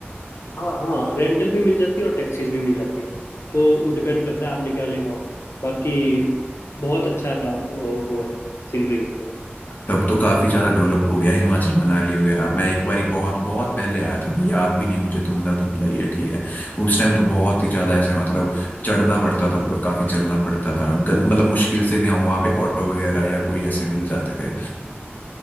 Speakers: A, on the left; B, on the left.
A: हाँ हाँ रेंटल भी मिल जाती है और टैक्सीज भी मिल जाती है तो वो डिपेंड करता है आपने क्या लेना हो बाकी बहुत अच्छा अ, वो है सीनरी है
B: तब तो काफी ज्यादा डेवलप हो गया हिमाचल मनाली वगैरह मैं एक बारी बहुत बहुत पहले आया था अभी याद भी नहीं है मुझे धुंधला धुंधला ही है ठीक है उस टाइम तो बहुत ही ज्यादा ऐसे मतलब चढ़ना पड़ता था ऊपर काफी चलना पड़ता था गल, मतलब मुश्किल से गया वहां पे ऑटो वगैरह या कोई ऐसे मिल जाते थे